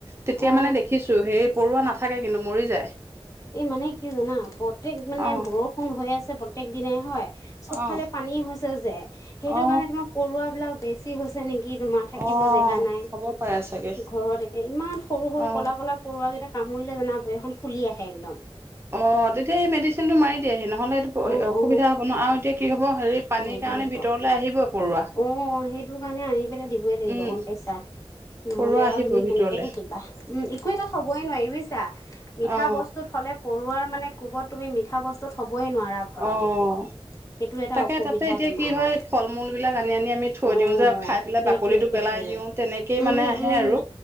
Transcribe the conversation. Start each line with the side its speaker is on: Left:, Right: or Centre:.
Right: তেতিয়া
Left: অ
Right: মানে দেখিছো হে। পৰুৱা নাথাকে কিন্তু মৰি যায়।
Left: এই মানে কি জানা প্ৰত্যেক মানে
Right: অ
Left: বৰষুণ হৈ আছে প্ৰত্যেক দিনাই হয়। চবফালে
Right: অ
Left: পানী হৈছে যে। সেইটো
Right: অ
Left: কাৰণে তোমাৰ পৰুৱা বিলাক বেছ ছি হৈছে নেকি তোমাৰ? থাকিব
Right: অ
Left: জেগা নাই।
Right: হ'ব পাৰে চাগে
Left: ঘৰত একে ইমান সৰু সৰু
Right: অ
Left: কলা কলা পৰুৱা কেইটা কামুৰিলে জানা ভৰিখন ফুলি আহে একদম।
Right: অ, তেতিয়া এই মেডিচিনটো মাৰি দিয়েহি। নহ'লে এইটো
Left: অ
Right: অসুবিধা
Left: অ
Right: হ'ব ন আৰু এতিয়া কি হ'ব হেৰি পানীৰ
Left: মাৰিব
Right: কাৰণে
Left: লাগিব।
Right: ভিতৰলে আহিবই পৰুৱা
Left: অ, সেইটো কাৰণে আনি পেলাই দিবই লাগিব,
Right: উম
Left: গম পাইছা? নহ'লে
Right: পৰুৱা আহিব
Left: আৰু তুমি
Right: ভিতৰলে
Left: কেনেকে থাকিবা। উম একো এটা থবই নোৱাৰি বুজিছা। মিঠা
Right: অ
Left: বস্তু থলে পৰুৱাৰ মানে কোবত তুমি মিঠা বস্তুত থবই নোৱাৰা ঘৰত
Right: অ
Left: একো। সেইটো এটা
Right: তাকে
Left: অসুবিধা
Right: তাতে এতিয়া
Left: তোমাৰ।
Right: কি হয় ফল মূল বিলাক আনি আনি আমি থৈ
Left: আও
Right: দিওঁ যে খাই
Left: অ
Right: পেলাই
Left: সেইটোৱে,
Right: বাকলিটো
Left: সেইটোৱে।
Right: পেলাই দিওঁ তেনেকেই
Left: উম,
Right: মানে আহে
Left: উম
Right: আৰু